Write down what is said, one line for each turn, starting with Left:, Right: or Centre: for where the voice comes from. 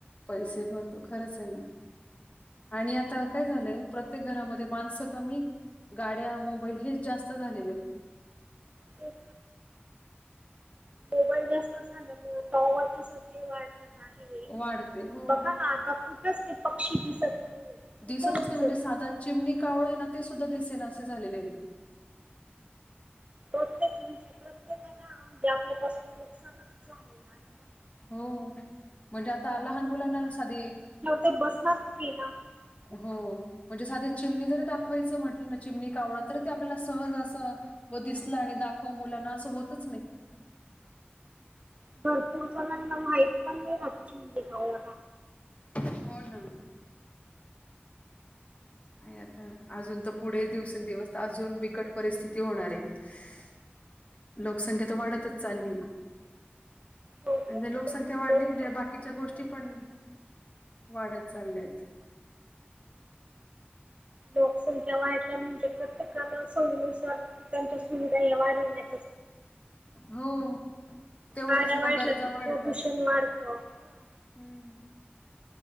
Left: पैसे भरतो खरंच आहे ना आणि आता काय झालंय प्रत्येक घरामध्ये माणसं कमी गाड्या मोबाईल हेच जास्त झालेलं
Right: तेच मोबाल जास्त झाल्या पची संख्या वाढ आहे
Left: वाढते हो
Right: बघा ना आताठ ते पक्षी दिसत नाही कुठेच
Left: दिसतच
Right: दिसत
Left: नाही म्हणजे साधा चिमणी कावळ आहे ना ते सुद्धा दिसे ना असे झालेले आहेत
Right: प्रत्येकची प्रत्येकाला म्हणजे आपल्या पाासून नुकसानच झालेलं आहे
Left: हो म्हणजे आता लहान मुलांना साधी
Right: व बसणार कुठे ना
Left: हो म्हणजे साध्या चिमणी जरी दाखवायचं म्हटलं ना चिमणी कावळ तरी ते आपल्याला सहज असं व दिसला आणि दाखव मुलांना असं होतच नाही
Right: भरपूर जणांना माहित पण नाही खात चिंडी गाऊ
Left: हो ना आता अजून तर पुढे दिवसेंदिवस अजून बिकट परिस्थिती होणार आहे लोकसंख्या तर वाढतच चालली
Right: हो
Left: म्हजे
Right: तेच
Left: लोकसंख्या
Right: तर
Left: वाढली
Right: तोच तर
Left: म्हणजे
Right: मोठा
Left: बाकीच्या
Right: प्रश्न
Left: गोष्टी
Right: आहे.
Left: पण वाढत चालल्यात
Right: लोकसंख्या वाढल्या म्हणजे प्रत्येकाला सोडीनुसार त्यांच्या सुविधा न वाढवण्या
Left: हो तेवढच
Right: गाड्या वाढल्या
Left: मग गरजा
Right: की
Left: वाढतात.
Right: प्रदूषण वाढतं. हा.
Left: हम्म.